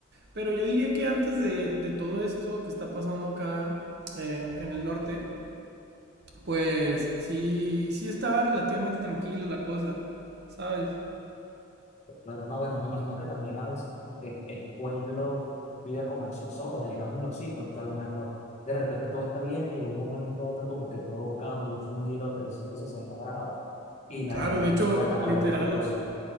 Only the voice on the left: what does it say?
Claro, no, bueno, me imagino que también a veces como que el pueblo vive como en zozobra, digámoslo así, porque a lo mejor de repente todo está bien y de un momento a otro como que todo cambia, es un giro de 360 grados y la
delincuencia,
bueno, es
algo peligroso.